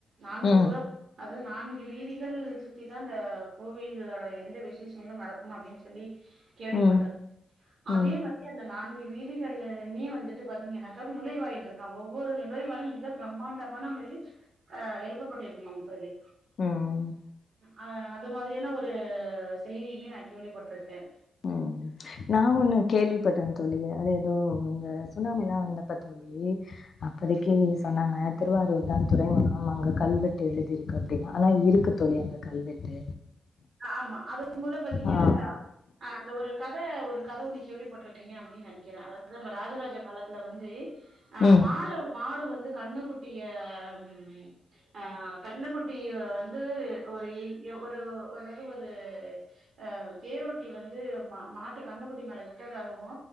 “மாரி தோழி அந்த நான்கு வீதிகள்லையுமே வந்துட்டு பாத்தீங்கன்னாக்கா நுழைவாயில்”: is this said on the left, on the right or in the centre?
Right